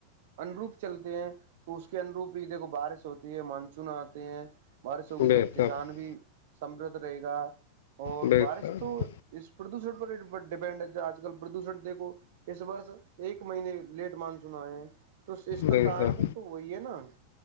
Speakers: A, on the right (about 55°); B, on the left (about 55°).
A: انوروپ چلتے ہیں تو اس کے انوروپ ہی دیکھو بارش ہوتی ہے مانسون آتے ہیں بارش ہوگی تو
B: بے
A: کسان
B: شک
A: بھی سمرھ رہے گا اور
B: بے
A: بارش
B: شک
A: تو پردوشن پر ہی ڈیپینڈ ہے ج آج کل پردوشن دیکھو اس ورس ایک مہینے لیٹ مان سنا ہے تو اس کا
B: بے
A: کار
B: شک
A: بھی تو وہی ہے نا